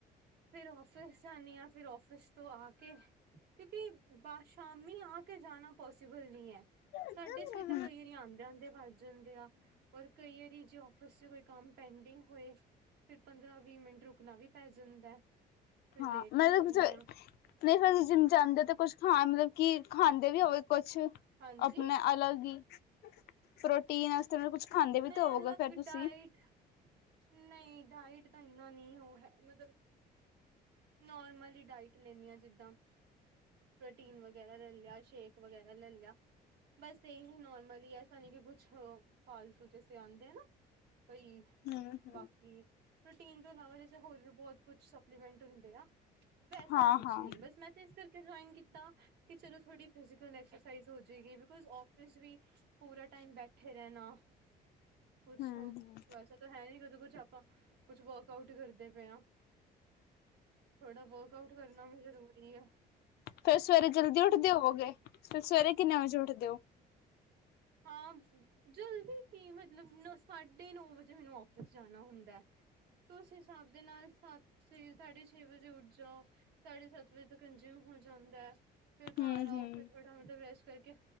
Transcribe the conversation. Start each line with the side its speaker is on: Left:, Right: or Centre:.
Right: ਫੇਰ ਔਫਿਸ ਜਾਂਣੀ ਆਂ ਫੇਰ ਔਫਿਸ। ਤੋਂ ਆ ਕੇ ਕਿਉਂਕਿ ਬਾਹਰ ਸ਼ਾਮੀ ਆ ਕੇ ਜਾਣਾ ਪੋਸੀਿਬਲ ਨਹੀਂ ਹੈ।
Left: ਹਮ
Right: ਸਾਢੇ ਛੇ ਤ ਕਈ ਵਾਰੀ ਆਉਂਦੇ ਆਦੇ ਆ ਵੱਜ ਜਾਂਦੇ ਆ ਰ ਕਈਾਰੀ ਜੇ ਆਫਿਸ ਚ ਕੋਈ ਕੰਮ ਪੈਂਡਿੰਗ ਹੋਏ। ਫਿਰ ਪੰਦਰਾਂ ਵੀਹ ਮਿੰਟ ਰੁਕਣਾ ਵੀ ਪੈ ਜਾਂਦਾ। ਫਿਰ
Left: ਹਾਂ
Right: ਲੇਟ
Left: ਮੈਂ
Right: ਹੋ ਜਾਂਦੇ
Left: ਨਹੀਂ
Right: ਆ
Left: ਫਿਰਸੀ ਜਿਨ ਜਾਦੇ ਕੁਛ ਖਾਦੇ ਕਿ ਖਾਂਦੇ ਵੀ ਹੋਵੇ ਕੁਛ
Right: ਹਾਂਜੀ
Left: ਆਪਣੇ ਅਲੱਗ ਹੀ ਪ੍ਰੋਟੀਨ ਵਸ ਉਹ ਨੂੰ ਕੁਛ ਖਾਂਦੇ ਵੀ
Right: ਨਹੀਂ
Left: ਤਾਂ ਹੋਵੋਗੇ
Right: ਅਲੱਗ
Left: ਫੇਰ ਤੁਸੀਂ
Right: ਡਾਇਟ ਨਹੀਂ ਡਾਇਟ ਤਾਂ ਇੰਨਾ ਨਹੀਂ ਉਹ ਹੈ ਮਤਲਬ ਨੋਰਮਲ ਹੀ ਡਾਇਟ ਲੈਂਦੀ ਹ ਜਿੱਦਾਂ ਪ੍ਰੋਟੀਨ ਵਗੈਰਾ ਲੈ ਲਿਆ ਸ਼ੇਕ ਵਗੈਰਾ ਲੈ ਲਿਆ ਬਸ ਇਹੀ ਨੋਰਮਲੀ ਐਸਾ ਨਹੀਂ ਕਿ ਕੁਛ ਹੋ ਫਾਲਤੂ ਜ ਸੇ ਆਉਂਦੇ ਆ ਨਾ ਬਈ
Left: ਹਮ ਹਮ
Right: ਬਾਕੀ ਪ੍ਰੋਟੀਨ ਤੋਂ ਇਲਾਵਾ ਜੈਸੇ ਹੋਰ ਵੀ ਬਹੁਤ ਕੁਛ ਸ ਹ ਵੈਸਾ
Left: ਹਾਂ
Right: ਕੁਛ
Left: ਹਾਂ
Right: ਨ ਬ ਮੈਂ ਕਰ ਜਇ ਕੀਤਾ। ਕਿ ਚਲੋ ਥੋੜੀ ਫਿਜ਼ੀਕਲ ਐਕਸਾਈਜ਼ ਹੋ ਜੇਗੀ ਬਿਕੋਜ਼ ਆਫਿਸ ਵੀ ਪੂਰਾ ਟਾਈਮ ਬੈਠੇ ਰਹਿਣਾ ਕੁਛ
Left: ਹਮ
Right: ਔਫ
Left: ਹਮ
Right: ਵੈਸੇ ਤੇ ਹੈ ਈ ਨੀ ਕਦੋਂ ਕੁਛ ਆਪਾਂ, ਕੁਛ ਵਰਕ ਆਊਟ ਈ ਕਰਦੇ ਪਏ ਆਂ। ਥੋੜਾ ਵਰਕ ਆਊਟ ਕਰਨਾ ਵੀ ਜ਼ਰੂਰੀ ਐ।
Left: ਫੇਰ ਸਵੇਰੇ ਜਲਦੀ ਉੱਠਦੇ ਹੋਵੋਗੇ? ਫਿਰ ਸਵੇਰੇ ਕਿੰਨੇ ਵਜੇ ਉੱਠਦੇ ਔ?
Right: ਹਾਂ, ਜਲਦੀ ਕੀ ਮਤਲਬ ਨ ਸਾਢੇ ਨੋ ਵਜੇ ਮੈਨੂੰ ਔਫਿਸ ਜਾਣਾ ਹੁੰਦੈ। ਤੋ ਉਸ ਹਿਸਾਬ ਦੇ ਨਾਲ ਸੱਤ, ਛੇ-ਸਾਢੇ ਛੇ ਵਜੇ ਉੱਠ ਜਾਔ। ਸਾਢੇ ਸੱਤ ਵਜੇ ਤੱਕ ਕੰਜਿਊਮ ਹੋ ਜਾਂਦੈ। ਫੇਰ ਘਰ
Left: ਹਮ
Right: ਆਔ,
Left: ਹਮ
Right: ਫੇਰ ਥੋੜਾ ਮਤਲਬ ਰੈਸਟ ਕਰਕੇ